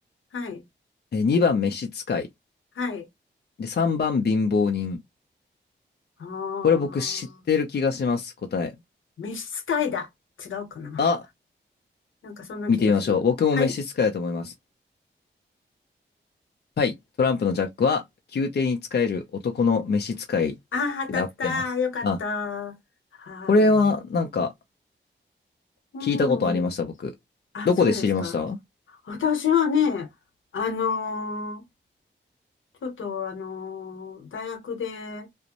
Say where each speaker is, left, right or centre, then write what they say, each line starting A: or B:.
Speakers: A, on the left; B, on the left.
A: はい、
B: え2番召使い、
A: はい。
B: で、3番貧乏人。
A: あー
B: これ僕知ってる気がします、答え。
A: 召使いだ。違うかな。
B: あ、
A: なんかそんな気がする。
B: 見てみましょう。僕も召使いだと思います。
A: はい。
B: はい、トランプのジャックは宮廷に仕える男の召使いで合ってます。
A: ああ、当たった。よかった。
B: あ、
A: はい。
B: これはなんか
A: う
B: 聞いたことありました、
A: ん。
B: 僕。
A: あ、
B: どこで知りました
A: そうですか。私はね、あのーちょっとあのー大学で